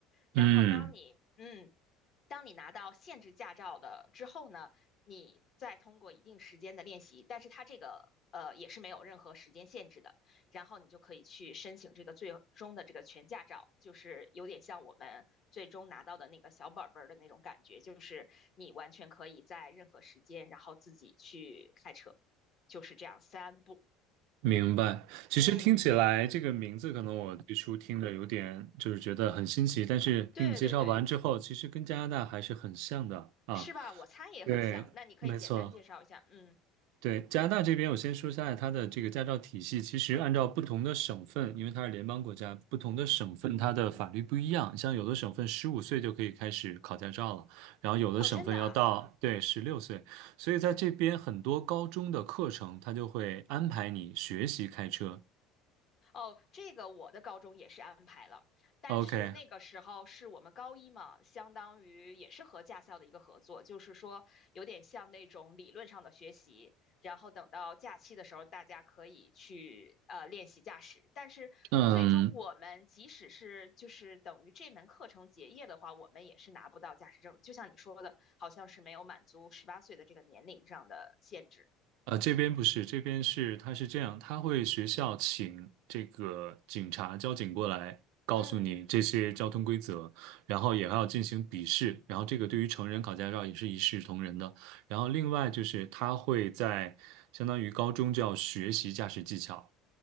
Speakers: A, on the right; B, on the left.
A: 嗯。
B: 然后当你嗯当你拿到限制驾照的之后呢，你再通过一定时间的练习，但是它这个呃也是没有任何时间限制的，然后你就可以去申请这个最终的这个全驾照，就是有点像我们最终拿到的那个小本本的那种感觉，就是你完全可以在任何时间，然后自己去开车，就是这样三步。
A: 明白，其实听起来这个名字，
B: 嗯，
A: 可能我最初听着有点就是觉得很新奇，但是听你介绍完之后，
B: 对对对，
A: 其实跟加拿大还是很像的啊。
B: 是吧？我猜也很像。
A: 对，
B: 那你可以简单介绍一下。
A: 没错，
B: 嗯，
A: 对，加拿大这边我先说一下它的这个驾照体系，其实按照不同的省份，因为它是联邦国家，不同的省份它的法律不一样，像有的省份十五岁就可以开始考驾照了，然后有的省份要到，
B: 哦，真的啊
A: 对，十六岁。所以在这边很多高中的课程，他就会安排你学习开车，
B: 哦，这个我的高中也是安排了，但是那个时候是我们高一嘛，
A: OK，
B: 相当于也是和驾校的一个合作，就是说有点像那种理论上的学习，然后等到假期的时候，大家可以去呃练习驾驶。但是最终我们即使是就是等于这门课程结业的话，
A: 嗯，
B: 我们也是拿不到驾驶证，就像你说的，好像是没有满足十八岁的这个年龄上的限制。
A: 呃，这边不是，这边是，他是这样，他会学校请这个警察、交警过来，告诉你这些交通规则，
B: 嗯
A: 然后也还要进行笔试，然后这个对于成人考驾照也是一视同仁的。然后另外就是他会在相当于高中就要学习驾驶技巧，